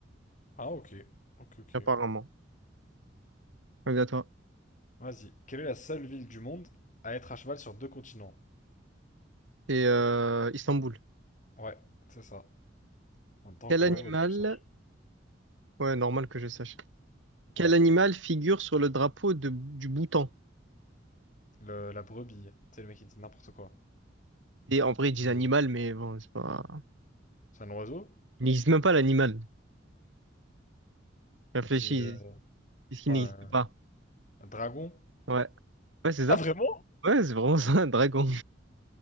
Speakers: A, on the left; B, on the right.
A: Ah, ok. Ok, ok.
B: Apparemment. Regarde toi.
A: Vas-y. Quelle est la seule ville du monde à être à cheval sur deux continents?
B: Et euh, Istanbul.
A: Ouais, c'est ça. On temps
B: Quel
A: encore
B: animal?
A: heureux que tu saches.
B: Ouais, normal que je sache. Quel
A: Ouais.
B: animal figure sur le drapeau de, du Bhoutan?
A: Le, la brebis. C'est le mec qui dit n'importe quoi.
B: Et en vrai, ils disent
A: Le-
B: animal, mais bon, c'est pas.
A: C'est un oiseau?
B: Il n'existe même pas l'animal. Réfléchis,
A: C'est euh, je sais
B: est-ce qu'il
A: pas,
B: n'existe
A: un,
B: pas?
A: un dragon?
B: Ouais, ouais, c'est
A: Ah,
B: ça.
A: vraiment?
B: Ouais, c'est vraiment <laughs> ça, un dragon.